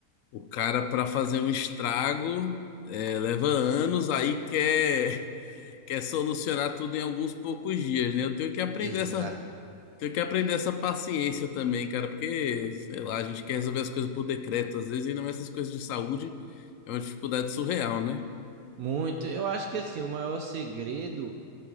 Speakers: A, on the left (about 70°); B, on the right (about 70°).
A: O cara, para fazer um estrago, é, leva anos, aí quer, <laughs> quer solucionar tudo em alguns poucos dias, né? Eu tenho que aprender
B: Exato.
A: essa, tenho que aprender essa paciência também, cara, porque, sei lá, a gente quer resolver as coisas por decreto, às vezes, ainda mais essas coisas de saúde, é uma dificuldade surreal, né?
B: Muito. Eu acho que assim, o maior segredo